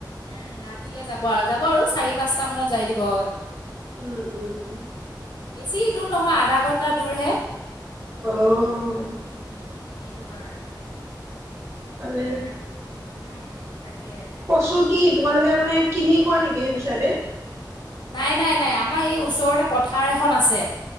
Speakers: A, on the left; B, on the right.
A: উম, ৰাতিলে যাব আৰু যাব আৰু চাৰি, পাঁচটা মানত যাই দিব আৰু
B: উম, উম, উম।
A: বেছি দূৰ নহয়, আধা ঘণ্টা দূৰহে।
B: অহ'।
A: উম, সেইটো কাৰণে মানে।
B: ভালে
A: বাইক উম। তাকে
B: কছু কি তোমালোকে মানে কিনি খোৱা নেকি সেইটো চাইডে?
A: নাই, নাই, নাই আমাৰ এই ওচৰতে পথাৰ এখন আছে।